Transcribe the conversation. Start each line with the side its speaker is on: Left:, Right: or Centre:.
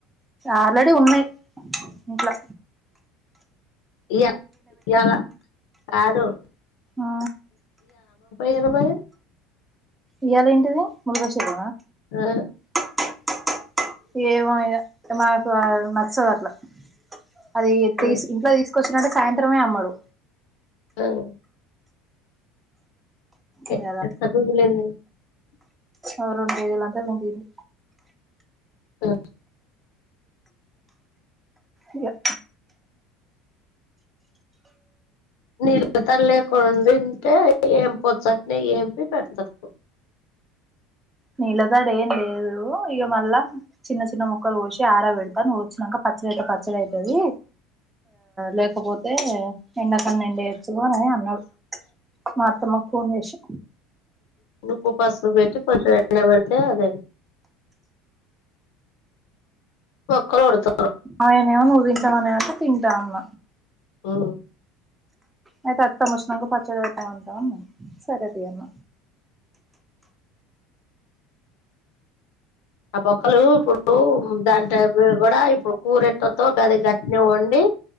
Right: ఆల్రెడీ ఉన్నాయ్ ఇంట్లో
Left: ఇగ ఈయాల కాదు <unintelligible>
Right: ఆ
Left: ఇరవే
Right: ఇయాల ఏంటిది మూర్గశిర
Left: ఆ
Right: <unintelligible> ఏమో ఇగ మాకు నచ్చవు అట్లా అది తీసి
Left: ఆ
Right: ఇంట్లో తీసుకొచ్చినంటే సాయంత్రమే అమ్మడు
Left: హ్మ్ <unintelligible>
Right: ఇగ అ రెండు వేలుంటే పంపిండ్రి
Left: ఆ
Right: ఇగ
Left: <unintelligible>
Right: నీళ్ళతడి ఏం లేదు ఇగ మల్ల చిన్న చిన్న ముక్కలు కోసి ఆరబెడతా నువ్వొచ్చి నంక పచ్చగైతే పచ్చగాయితది లేకపోతే ఎం పనేండు ఏయచ్చు అని అన్నాడు మా అత్తమ్మ ఫోన్ చేసి
Left: ఉప్పు పసుపు పెట్టి కొంచెం ఎండబెడితే అదే పొక్కులు ఊడుత
Right: ఆయనేమో నువ్వు తింటావనే అంటే తింటా అన్న
Left: హ్మ్
Right: అయితే అత్తమ్మ వచ్చినంక పచ్చడి పెట్టమంటావా అన్నా సరే తి అన్న
Left: ఆ బొక్కలు ఇప్పుడు దాంటే అవిగుడా కూడా ఇప్పుడు కూరె ట్టొదు గది గట్నే వొండి